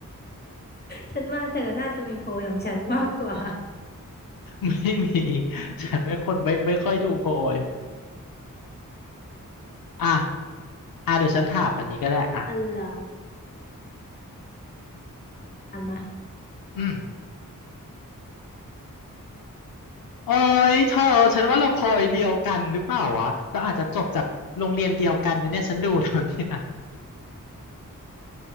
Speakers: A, on the left; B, on the left.
A: ฉันว่าเธอน่าจะมีโพยของฉันมากกว่า
B: ไม่มีฉันไม่คนไม่ไม่ค่อยดูโพยอ่ะอ่ะเดี๋ยวฉันถามอันนี้ก็ได้อ่ะ
A: <laughs> อ๋อเหรอเอามา
B: อืมโอ้ยเธอฉันว่าเราโพยเดียวกันหรือเปล่าวะเราอาจจะจบจากโรงเรียนเดียวกันนะเนี่ยฉันดูแถวเนี้ย
A: มา